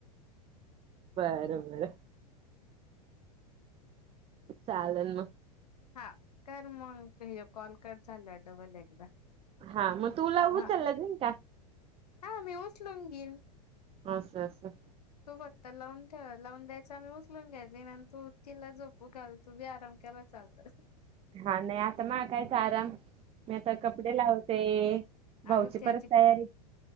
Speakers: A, on the right; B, on the left.
A: बरं बरं चालन
B: हा कर मगज कॉल कट झाला डबल एकदा
A: हा म उला ऊचल
B: हा
A: जं का
B: हा मी उचलून घीन
A: अस असं
B: तू फक्त लावून ठेव लावून द्यायच आम्ही उचलून घ्यायच आणि तू तिला झोपू घाल तुम्ही आराम करा चालत
A: हा नाही आता मगकायच आराम मी आता कपडे लावते
B: अ
A: भाऊची परत
B: त्याची
A: तयारी.